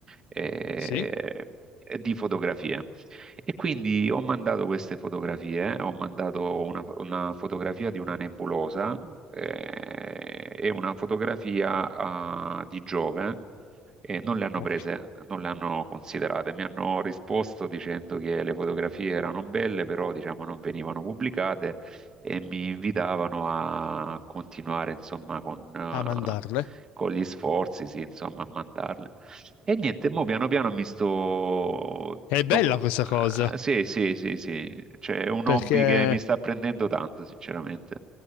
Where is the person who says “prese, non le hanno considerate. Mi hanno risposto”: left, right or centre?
Right